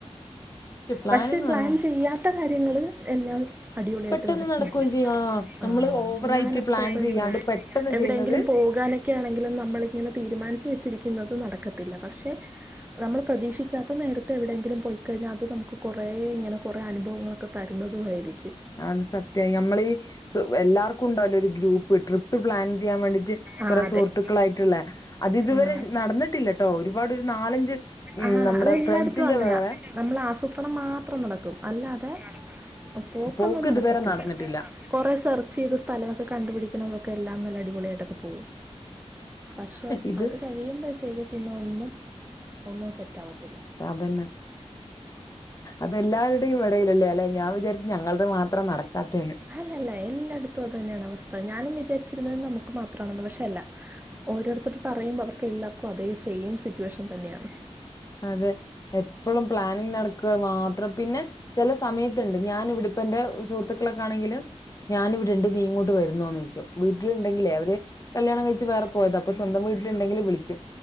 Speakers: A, on the left; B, on the right.
A: പ്ലാനിങ്
B: പക്ഷെ പ്ലാൻ
A: നല്ല
B: ചെയ്യാത്ത കാര്യങ്ങള് എല്ലാം. അടിപൊളിയായിട്ട്
A: പെട്ടെന്ന്
B: നടക്കുകയും ചെയ്യും
A: ആ നമ്മള്
B: ആഹ്
A: ഓവറായിട്ട്
B: ഞാനപ്പപ്പോഴും
A: പ്ലാൻ ചെയ്യാണ്ട്
B: പറയും
A: പെട്ടെന്ന്
B: എവിടെയെങ്കിലും
A: ചെയ്യുന്നത്
B: പോകാനെ ക്കെയാണെങ്കിലു നമ്മളിങ്ങനെ തീരുമാനിച്ചു വെച്ചിരിക്കുന്നത് നടക്കത്തില്ല പക്ഷെ നമ്മള് പ്രതീക്ഷിക്കാത്ത നേരത്തെ എവിടെയെങ്കിലും പോയിക്കഴിഞ്ഞാൽ അത് നമുക്ക് കുറേ ഇങ്ങനെ കുറേ അനുഭവങ്ങളൊക്കെ തരുന്നതുമായിരിക്കും
A: അത് സത്യായി നമ്മളീ സ് എല്ലാർക്കും ഉണ്ടാവുലെരു ഗ്രൂപ്പ് ട്രിപ്പ് പ്പ് പ്ലാൻ ചെയ്യാൻ വേണ്ടിട്ട്
B: ആ
A: കുറെ
B: അതെ
A: സുഹൃത്തുക്കളായിട്ടുള്ള അത് ഇതുവരെ
B: ആഹ്
A: നടന്നിട്ടില്ലട്ടോ ഒരുപാട് ഒരു നാലഞ്ച് ഉം
B: ആഹ്
A: നമ്മുടെ
B: അതെല്ലാടത്തും
A: ഫ്രണ്ട്സിന്റെ
B: അങ്ങനാ
A: വേറെ
B: നമ്മള് ആസൂത്രണം മാത്രം നടക്കും അല്ലാതെ പോക്കൊന്നും
A: പോക്ക്
B: നടക്കത്തില്ല
A: ഇതുവരെ നടന്നിട്ടില്ല
B: കൊറേ സെർച്ചയ്ത് സ്ഥലവൊക്കെ കണ്ടുപിടിക്കണതൊക്കെ എല്ലാം നല്ല അടിപൊളിയായിട്ടൊക്കെ പോവു. പക്ഷെ
A: ഇത്
B: അത് കഴിയുമ്പോഴത്തേക്കും പിന്നെ ഒന്നും ഒന്നും സെറ്റാത്തില്ല.
A: അതന്നെ അതെല്ലാവരുടെയും ഇടയിളില്ലേ അല്ലെ ഞാൻ വിചാരിച്ച ഞങ്ങളത് മാത്ര അത്ര നടക്കാത്തെന്ന്
B: അല്ലല്ല എല്ലായിടത്തും അത് തന്നെയാണ് അവസ്ഥ ഞാനും വിചാരിച്ചിരുന്ന നമുക്ക് മാത്രാണെന്ന് പക്ഷെ അല്ല. ഓരോടത്തർ പറയുമ്പം അവർക്ക് എല്ലാർക്കും അതേ സെയിം സിറ്റുവേഷൻ തന്നെയാണ്.
A: അതെ എപ്പളും പ്ലാനിങ് നടക്ക്വ മാത്രം പിന്നെ. ചില സമയത്തുണ്ട് ഞാൻ ഇവിടെപ്പ എന്റെ സുഹൃത്തുക്കളൊക്കെ ആണെങ്കില് ഞാനിവിട്ണ്ട് നീ ഇങ്ങോട്ട് വരുന്നോന്നോയ്ക്ക്യും. വീട്ടില്ണ്ടെങ്കിലേ അവര് കല്യാണം
B: ഉം
A: കഴിച്ച് വേറെ പോയത, അപ്പൊ സ്വന്തം വീട്ടിലുണ്ടെങ്കില് വിളിക്ക്യും.